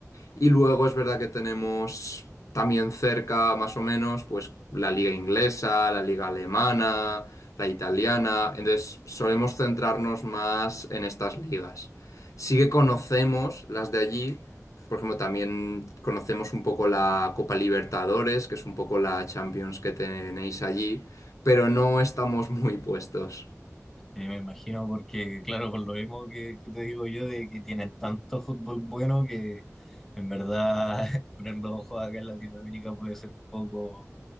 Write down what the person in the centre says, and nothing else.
Y me imagino porque, claro, por lo mismo que, que te digo yo, de que tienen tanto fútbol bueno que en verdad <laughs> poner los ojos acá en Latinoamérica puede ser un poco